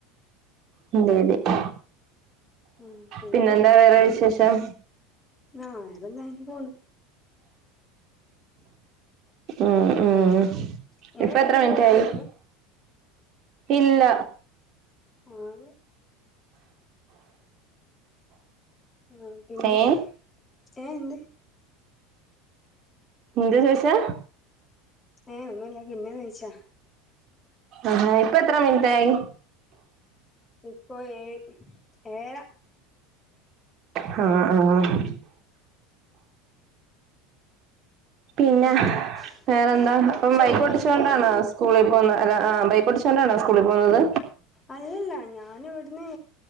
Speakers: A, on the right; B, on the left.
A: <unintelligible>
B: ഉം പിന്നെ
A: പിന്നെന്താ വേറെ വിശേഷം
B: ആഹ് ആരെല്ലാരും പോന്ന്
A: ആഹ് ആഹ്
B: ഇങ്ങള്
A: ഇപ്പ
B: ഡിഗ്രി
A: എത്ര മിൻറ്റായി
B: പോയിട്ടില്ലല്ലോ
A: ഇല്ല
B: ആഹ് ആഹ് പിന്നെ
A: ഏ
B: ഏഹ് എന്ത്
A: എന്ത് ചോയ്സാ
B: ഏ ഒന്നുല്ല പിന്നെ നീച്ചാ
A: ആഹാ ഇപ്പ എത്ര മിനിറ്റായി.
B: ഇപ്പോ ഏയ് ഏയര
A: ഹാ ആഹ് പിന്നെ
B: ഉം
A: വേറെ എന്താ
B: അവിടെ
A: അപ്പം
B: ചോറും
A: ബൈക്കൊട്ടിച്ചോണ്ടാണോ
B: കറിയൊക്കെ ആയോ
A: സ്കൂളിൽ പോകുന്ന അല്ല ആഹ് ബൈക്കോടിച്ചോണ്ടണോ സ്കൂളിൽ പോകുന്നത്
B: അല്ലല്ല ഞാന ഇവിടുന്ന്